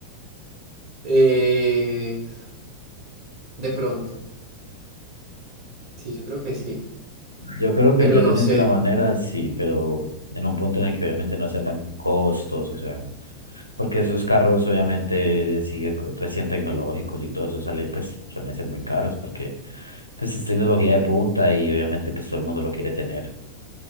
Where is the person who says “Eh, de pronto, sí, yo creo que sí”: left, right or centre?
Right